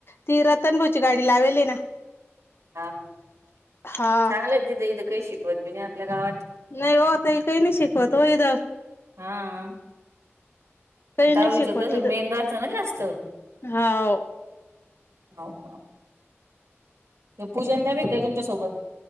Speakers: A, on the left; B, on the right.
A: ती रतनभाऊची गाडी, लावेल आहे ना.
B: हा, हा
A: हा
B: चांगलंच तिथं इथं काही शिकवत बी नाही, आपल्या गावात.
A: नाही होओ काही नाही शिखवत, हो हेत,
B: हा,
A: काही
B: दडहावीच
A: नाही शिकवत
B: कस
A: इथं
B: मेन, राहत ना जास्त.
A: हाव
B: हो का, पूजनंदा बी हाय, काय तुमच्यासोबत.